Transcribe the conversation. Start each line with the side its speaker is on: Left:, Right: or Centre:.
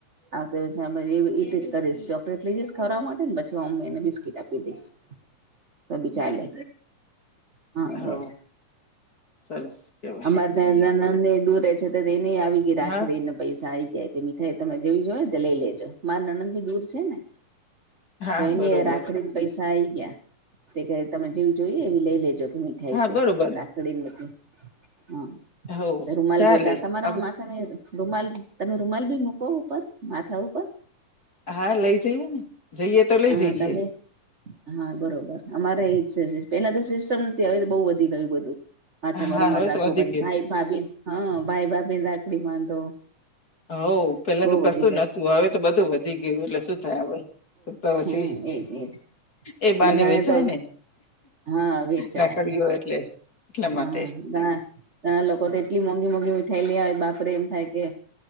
Right: આ વખતેવી જ કરીશ એટલી વીસ કરવા માટે ને પછી હું એને બિસ્કીટ આપી દઈશ તોભી ચાલે હા
Left: હવ.
Right: એજ
Left: સરસ કેવાય
Right: અમારે તંને દૂર છે એને આવી ગયી રાખડી
Left: હા
Right: ને પૈસા આવી ગયા કે મી તમે જેવી જોય ને તો લઈ લેજો માર નણંદબી દૂર છે ને
Left: હા
Right: તો એની
Left: બરોબર
Right: રાખડીન પૈસા આઈ ગયા. તે કહે તમે જેવી જોઈએ એવી લઈ લેજો કે મીઠાઈ
Left: હા
Right: કે
Left: બરોબર
Right: રાખડી ને બધું. હા
Left: હો
Right: રૂમાલ
Left: ચાલે
Right: બેતા તમારામાં
Left: આપ
Right: મા તમે રૂમાલ તમે રૂમાલ બી મૂકો ઉપર માથા ઉપર
Left: હા લઈ જઈએ ને જઈએ તો લઈ
Right: હા
Left: જઈએ.
Right: તમે હા બરોબર અમારે એ જ છે પેલા તો સિસ્ટમ નથી અવે તો બહુ વધી ગયું બધું. માથામાં
Left: હા
Right: રૂમાલ
Left: હવે
Right: રાખવો
Left: તો વધી
Right: પછી
Left: ગયું
Right: ભાઈ ભાભી હા ભાઈ ભાભીન રાખડી બાંધો.
Left: હો પેલા
Right: બહુ
Left: તો કશું
Right: વધી
Left: નતું હવે તો બધું વધી ગયું એટલે શું થાય હવે પછી
Right: હમ્મ એજ એજ
Left: એ બાને
Right: ને ઘણી
Left: વેચાય
Right: તો
Left: ને
Right: હા વેચાય
Left: રાખડીઓ એટલે એટલા
Right: હા
Left: માટે
Right: ઘણા ઘણા લોકો તો એટલી મોંઘી મોંઘી મીઠાઈ લેવાય બાપરે એમ થાય કે